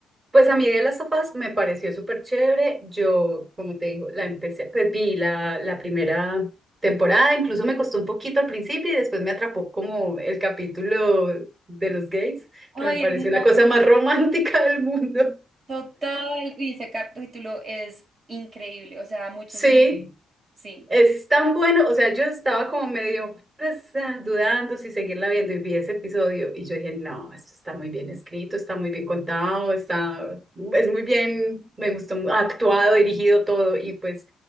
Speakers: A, on the right; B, on the right.
A: Pues a mí de las sofás me pareció súper chévere. Yo, como te digo, la empecé, pues vi la, la primera temporada, incluso me costó un poquito al principio y después me atrapó como el capítulo de los gays,
B: Ay,
A: que me pareció
B: hermano,
A: la cosa más romántica del mundo.
B: total. Y ese capítulo es increíble, o sea, muchos
A: Sí,
B: mil. Sí,
A: Es
B: total.
A: tan bueno, o sea, yo estaba como medio pues, ah, dudando si seguirla viendo y vi ese episodio y yo dije, no, esto está muy bien escrito, está muy bien contado, está, es muy bien, me gustó, mu- actuado, dirigido todo y pues